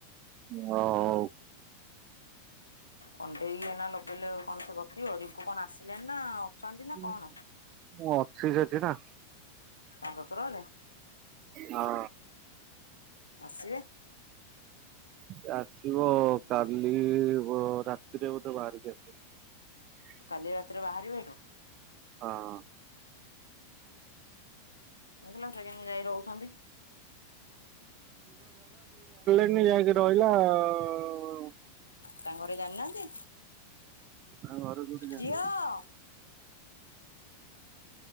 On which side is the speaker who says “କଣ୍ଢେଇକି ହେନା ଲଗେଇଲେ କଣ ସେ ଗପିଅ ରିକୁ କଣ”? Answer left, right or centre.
Left